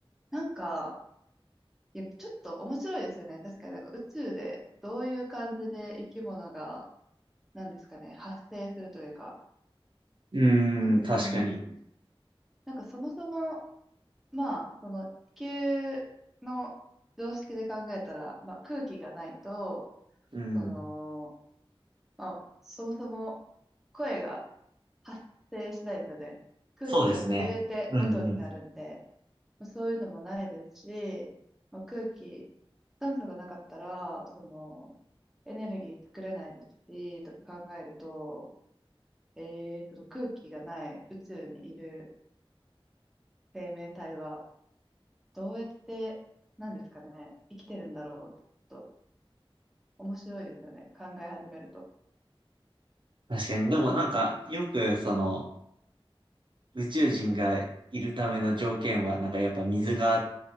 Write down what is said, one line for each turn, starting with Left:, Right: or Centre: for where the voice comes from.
Centre: なんか、いや、ちょっと面白いですよね。確かになんか宇宙でどういう感じで生き物が、なんですかね、発生するというか。
Right: うーん、
Centre: うん。
Right: 確かに。
Centre: うんなんかそもそも、まあ、その地球の常識で考えたら、まあ空気がないと、
Right: うん。
Centre: その、まあ、そもそも声が発生しないですよね。空気が震えて音になるんで、
Right: そうですね。うんうん。
Centre: まあそういうのもないですし、まあ、空気、酸素がなかったら、その、エネルギー作れないですし、とか考えると、えー、その空気がない宇宙にいる生命体は、どうやって、なんですかね、生きてるんだろうってちょっと面白いですよね、考え始めると。
Right: 確かに。でもなんか、よくその、宇宙人がいるための条件は、なんかやっぱ水があっ